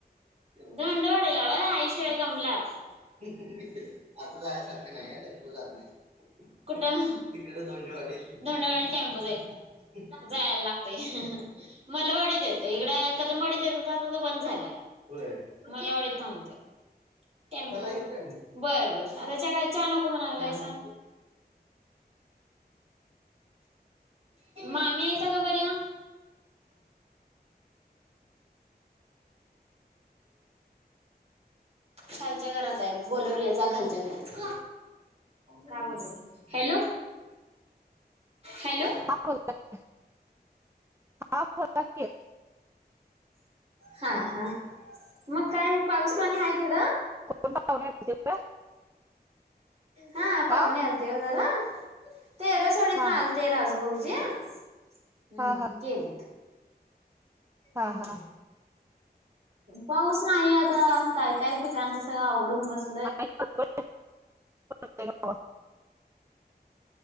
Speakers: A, on the right; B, on the right.
A: धोंडेवाडीला होय आई शिवाय गमला आता. आता जायसारखे नाईया टेम्पो जात नाय. कुठं? धोंडेवाडीला टॅम्पो जात जायत नाय. जायाला लागतय. मल्लवाडीत येतय हिकडं कदम वाडीत येतं हुत आता तो बंद झालाय. होय मल्लवाडीत थांबतय. चला येऊ काय मग? बर बर आताच्या काय चहा नको म्हणालायसां. मामी ए त्या का बऱ्या. खालच्या घरात हाय बग बोलवलीया जा खालच्या घरात. काय बोलावलय? Hello hello.
B: हा बोला की हा बोला की.
A: हा हा मग काय पाऊस पाणी हाय तिकडं?
B: कोण पाहुणे <inaudible>
A: हा पावणे
B: आ
A: आलते जरा तेरसवाडीतन
B: हा हा
A: आल ते राजुभाऊजी हम्म
B: हा
A: गेले.
B: हा
A: हम्.
B: हा हा
A: पाऊस नाही आता काय काय पिकांचं सगळं अवघड होऊन बस
B: <inaudible> <unintelligible>